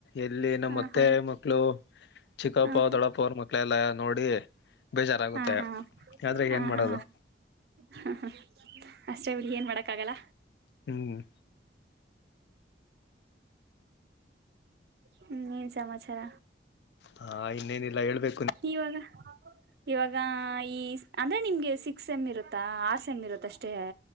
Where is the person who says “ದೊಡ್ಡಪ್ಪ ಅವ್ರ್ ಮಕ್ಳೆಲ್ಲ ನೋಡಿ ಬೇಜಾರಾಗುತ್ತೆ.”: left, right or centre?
Left